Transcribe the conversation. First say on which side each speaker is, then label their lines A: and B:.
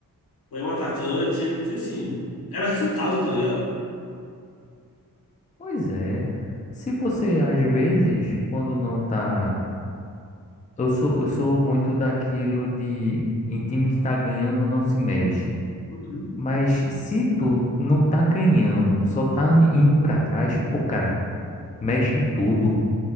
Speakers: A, on the left (about 75°); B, on the left (about 20°).
A: põe um atacante, porque assim, era resultado, tá ligado?
B: pois é. Se você, às vezes, quando não tá. Eu sou, eu sou muito daquilo de em time que tá ganhando não se mexe.
A: Uhum,
B: Mas se tu não tá ganhando, só tá n- indo pra trás, pô, cara, mexe em tudo.